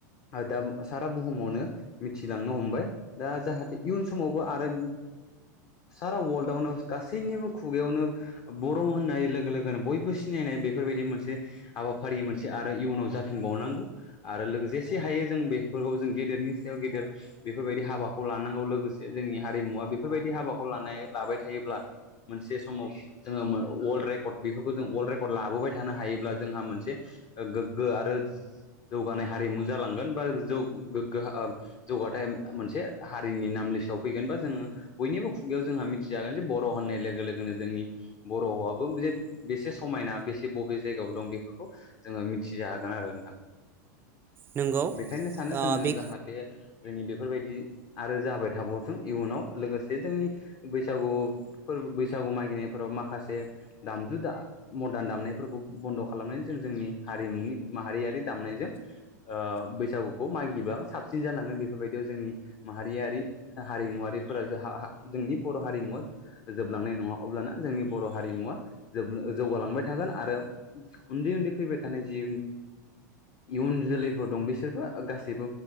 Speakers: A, on the left (about 35°); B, on the right (about 20°).
A: दा सारा बुहुमावनो मिथिलांनो हमबाय दा जाहाथे इयुन समावबो आरो सारा वर्ल्डआवनो गासैनिबो खुगायावनो बर' होननाय लोगो लोगोनो बयबो सिनायनाय बेफोरबायदि मोनसे हाबाफारि मोनसे आरो इयुनाव जाफिनबावनांगौ आरो लोगोसे जेसे हायो जों बेफोरखौ जों गेदेरनि सायाव गेदेर बेफोरबायदि हाबाखौ लानांगौ लोगोसे जोंनि हारिमुवा बेफोरबायदि हाबाखौ लानाय लाबाय थायोब्ला मोनसे समाव जोङो वर्ल्ड रेकर्ड बेफोरखौ जों वर्ल्ड रेकर्ड लाबोबाय थानो हायोब्ला जोंहा मोनसे गोग्गो आरो जौगानाय हारिमु जालांगोन बा जौ गोग्गो जौगाथाय मोनसे हारिनि नाम लिसआव फैगोन बा जोङो बयनिबो खुगायाव जोंहा मिथिजागोन जे बर' होननाय लोगो लोगोनो जोंनि बर'आबो जे बेसे समायना बेसे बबे जायगायाव दं बेफोरखौ जोङो मिथिजागोन आरो नोंथां।
B: नंगौ
A: बेखायनो सानो
B: ओ
A: जोङो
B: बेखि
A: जाहा जोंनि बेफोरबायदि आरो जाबाय थाबावथों इयुनाव लोगोसे जोंनि बैसागु फोरबो बैसागु मागिनायफोराव माखासे दामजु मदार्न दामनायफोरखौ बन्द' खालामनानै जों जोंनि हारिमुनि माहारियारि दामनायजों बैसागुखौ मागिब्ला साबसि सिन जालाङो बेफोरबायदियाव जोंनि माहारियारि हारिमुवारि फोरा जा हा हा जोंनि बर' हारिमुवा। जोबलांनाय नङा अब्लाना जोंनि बर' हारिमुवा जोब जौगालांबाय थागोन आरो उन्दै उन्दै फैबाय थानाय जि इयुन जोलैफोर दं बिसोरबो गासैबो